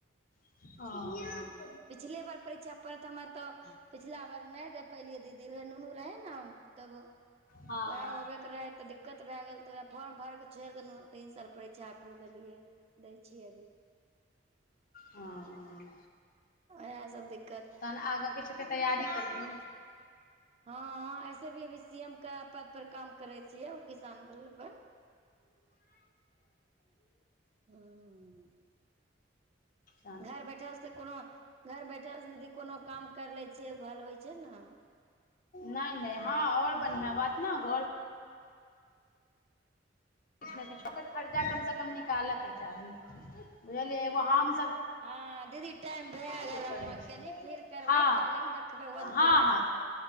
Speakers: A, on the left; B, on the right.
A: ओ
B: पिछले बेार परीक्षा पड़त हमर तऽ पिछला बार नहि दे पैलियै दीदी उहे नुनू रहै न तब उएह
A: हँ
B: होबे के रहै तऽ दिक्कत भए गेल तऽ अप फॉर्म भर कऽ छोड़ि देलहुँ तीन साल परीक्षा फेर देलियै दै छियै अभी
A: हँ
B: ओहा सब दिक्
A: तहन आगाँ किछु के तैयारी कर दे
B: हँ ऐसे भी अभी सी एम के पद पर काम करै छियै ओ किसान बल पर ह
A: ह
B: घर बैठल से कोनो, घर बैठल से दीदी कोनो काम कर लै छियै उ भल होइ छै न।
A: नहि नहि हँ आओर बढ़िआँ बात ने घर, किछु ने किछु ओकर खर्चा कमसँ कम, निकालऽके चाही बुझलियै एगो हम,
B: हँ दीदी टाइम भए गेल
A: करै
B: अहाँ
A: छी
B: कनी फेर करबै
A: हँ
B: कॉलिंग देखबै होत
A: हँ
B: कि नहि
A: हँ